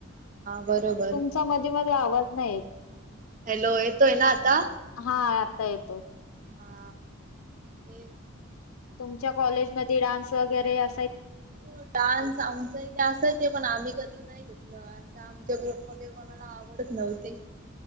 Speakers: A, on the right; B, on the left.
A: बरोबर
B: तुमचा मध मध्ये आवाज नाही यत
A: हॅलो ए तो ना आता
B: हा आता येतो
A: हा ते
B: तुमच्या कॉलेजमध्ये डान्स वगैरे अस
A: हो डान्स आमचा इथे असायच पण आम्ही कधी नाही घेतलं आणि आमच्या ग्रुपमध्ये कोणाला आवडत नव्हते